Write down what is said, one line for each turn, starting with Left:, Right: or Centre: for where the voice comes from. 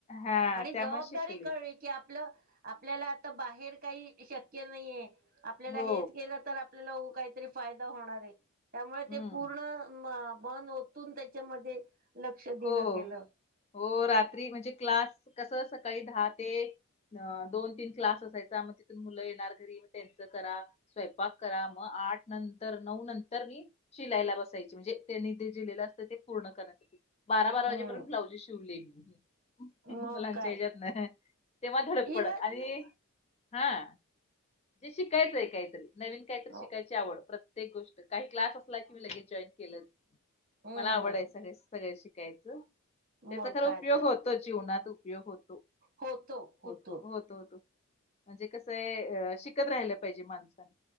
Left: हा
Right: आणि
Left: त्यामुळे
Right: जबाबदारी
Left: शिकले
Right: कळली. की आपल, आपल्याला आता बाहेर काही शक्य नाहीेए. आपल्याला
Left: हो
Right: हेच केलं तर- <unintelligible> काहीतरी फायदा होणार आहे. त्यामुळे
Left: हम्म
Right: ते पूर्ण बंद- -तून त्याच्यामध्ये लक्ष दिलं
Left: हो हो
Right: गेलं.
Left: हो. रात्री म्हणजे क्लास कस, दहा ते- अ दोन तीन क्लास असायचा. मग तिथून मुलं येणार घरी म त्यांचं करा. स्वयंपाक करा. म आठ नंतर नऊ नंतर मी - शिलाइला बसायची. म्हणजे त्यांनी ते जे दिलेलं असतं ते पूर्ण करण्यासाठी. बारा बारा
Right: हम्म
Left: वाजेपर्यंत ब्लाउज शिवलेय मी.
Right: मग
Left: मुलांच्या
Right: काय
Left: हच्यात नाही. तेव्हा धडपड
Right: इलाज
Left: आणि-
Right: नाही
Left: हा. जे शिकायचं आहे काहीतरी. नवीन काहीतरी
Right: हो
Left: शिकायची आवड. प्रत्येक- -तेक गोष्ट. काही क्लास असला की मी लगेच जॉईन केलंच.
Right: हम्म
Left: मला आवडायच हे सगळ शि - -कायचं. त्याचा
Right: मग
Left: खर
Right: काय
Left: उपयोग
Right: तर
Left: होतो. जीवनात उपयोग होतो.
Right: होतो.
Left: कुठ
Right: होतो.
Left: होतो. होतो. म्हणजे कसंय. अ शिकत राहिलं पाहिजे माणसानं.